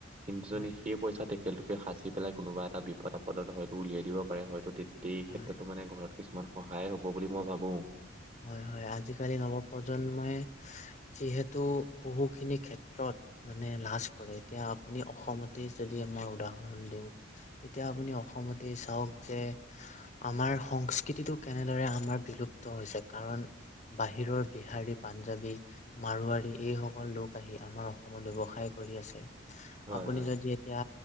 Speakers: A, on the right; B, on the left.
A: কিন্তু যদি
B: হয়
A: সেই পইচা টেকেলটোকে সাঁচি পেলাই কোনোবা এটা বিপদ আপদত হয়তো উলিয়াই দিব পাৰে হয়তো গোটেই
B: হয়
A: ক্ষেত্ৰতো মানে ঘৰত কিছুমান সহায় হ'ব বুলি মই ভাবো।
B: হয় হয় আজিকালি নৱপ্ৰজন্মই যিহেতু বহুখিনি ক্ষেত্ৰত মানে লাজ কৰে। এতিয়া আপুনি অসমতে যদি মই উদাহৰণ দিও এতিয়া আপুনি অসমতে চাওক যে আমাৰ সংস্কৃতিটো কেনেদৰে আমাৰ বিল হৈছে কাৰণ বাহিৰৰ বিহাৰী পাঞ্জাবী মাৰোৱাৰাৰী এই সকল লোক আহি আমাৰ অসমত ব্যৱসায়
A: হয়
B: আপুনি
A: হয়
B: যদি এতিয়া